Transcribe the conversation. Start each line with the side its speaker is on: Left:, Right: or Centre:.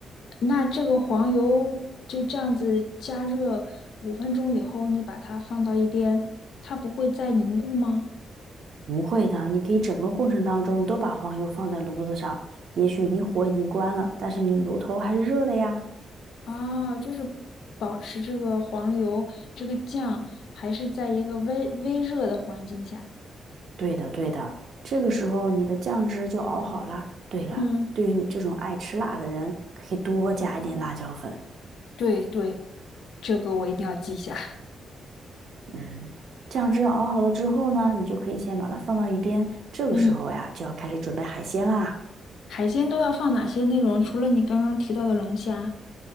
Left: 那这个黄油就这样子加热五分钟以后，你把它放到一边，它不会再凝固吗？
Right: 不会的，你可以整个过程当中都把黄油放在炉子上，也许你火已经关了，但是你炉头还是热的呀。
Left: 啊，就是保持这个黄油这个酱还是在一个微微热的环境下。
Right: 对的，对的，这个时候你的酱汁就熬好啦。对了，
Left: 嗯，
Right: 对于你这种爱吃辣的人，可以多加一点辣椒粉。
Left: 对对，这个我一定要记下。
Right: 嗯，酱汁熬好了之后呢，你就可以先把它放到一边。这个时候呀，
Left: 嗯，
Right: 就要开始准备海鲜啦。
Left: 海鲜都要放哪些内容？除了你刚刚提到的龙虾，